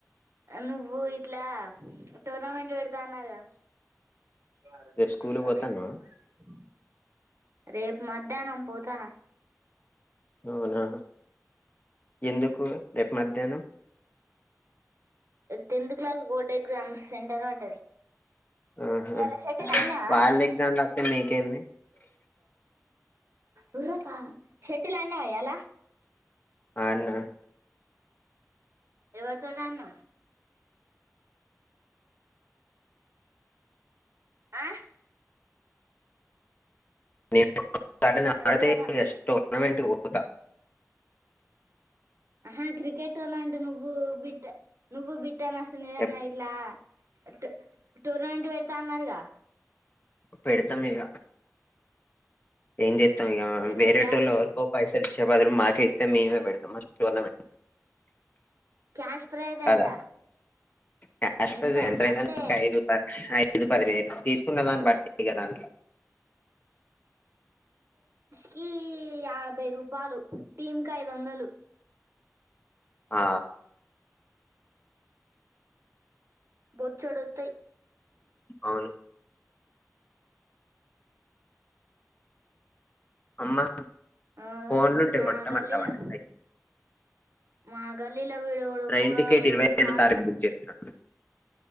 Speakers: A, on the right (about 60°); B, on the left (about 35°).
A: నువ్వు ఇట్లా టోర్నమెంట్ పెడుతా అన్నావ్ కద భారత
B: రేపు
A: షటిల్
B: స్కూల్ పోతానవా
A: ఆడేకి పో రేపు మధ్యానం పోతానా
B: అవునా ఎందుకు రేపు మధ్యానం
A: tenth class board exam centre పడ్డది
B: ఆహా
A: ఈయాల షటిల్ ఆడినావా?
B: వాళ్ళ ఎగ్జామ్ రాస్తే మీకేంది
A: ఉర్రే కా షటిల్ ఆడినావా ఇయాల? ఆ
B: అవునా
A: ఎవర్ తోట్ ఆడినావ్ ఆ
B: నీ <unintelligible>
A: ఎవరితో
B: టోర్నమెంట్ కుట్ట
A: అహా క్రికెట్ అను అంటె నువ్వు బిట్ ట్ నువ్వు బి త నసనీరేన
B: ఎప్-
A: ఇట్లా టు టూర్నమెంట్ పెడతా అన్నారుగా
B: పెడతాం ఇగ ఏం చేత్ <unintelligible>
A: పెడితే
B: వేరేటోళ్ళు
A: క్యాష్
B: ఎవరికో పైసలిచ్చే బదులు మాక్ పెడితే మేమే బెడతాం మ టోర్నమెంట్
A: క్యాష్ ప్రైజ్ ఎంత
B: కదా క్యాష్ ప్రైస్
A: ఎంత
B: ఎంతైనా
A: అంతే
B: గాని ఇప్పుడు ఐదు పది ఐ ఐదు పదివేలు తీసుకున్న దాన్ని బట్టి ఇక దాంట్లో
A: కి యాభై రూపాయలు టీమ్కి ఐదొందలు.
B: ఆ
A: బొచ్చడొత్తాయ్.
B: అవును అమ్మ
A: ఆ
B: ఫోన్లు ఉంటే
A: మా
B: కొట్టమంటావండి
A: గల్లీలో మా గల్ ల్లీలో వీడెవడో
B: ట్రైన్
A: పోరగాడు
B: టికెట్ ఇరవై ఐదు
A: కారుతో
B: తారీఖు బుక్ చేస్తున్నాను